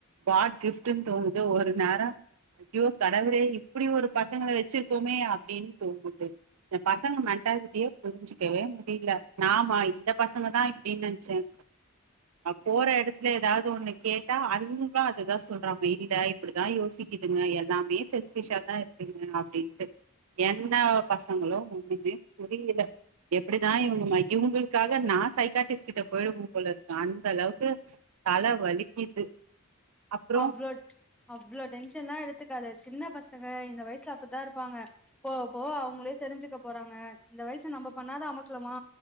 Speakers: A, on the right; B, in the centre.
A: காட் கிஃப்ட்ன்னு தோணுது ஒரு நேரோம் ஐயோ கடவுளே இப்டி ஒரு பசங்கள வச்சிருக்கோமே அப்டின்னு தோனுது இந்த பசங்க மென்டாலிட்டியே புரிஞ்சுக்கவே முடியல நாம இந்த பசங்க தான் இப்டின்னு நினைச்சேன் போற இடத்துல ஏதாவது ஒண்ணு கேட்டா அதுந்களும் அதுதான் சொல்றாங்க இல்ல இப்டிதான் யோசி க்குதுங்க எல்லாமே செல்ஃபிஸ்ஷா தான் இருக்குதுங்க அப்டின்ட்டு என்ன பசங்களும் ஒண்ணுமே புரியல எப்டிதான் இவுங்கள இவங்களுக்காக நான் சைக்காட்டிஸ்ட் கிட்ட போயிடுன்னு போலருக் அந்த அளவுக்கு தலை வலிக்குது அப்றோ
B: அவ்ளோ ட்ரு அவ்ளோ டென்ஷன் எல்லா எடுத்துக்காத சின்ன பசங்க இந்த வயசுல அப்டித்தான் இருப்பாங்க போவ போவ அவங்களே தெரிஞ்சுக்க போறாங்க இந்த வயசு ந ம்ம் பண்ணாத அமக்கலமா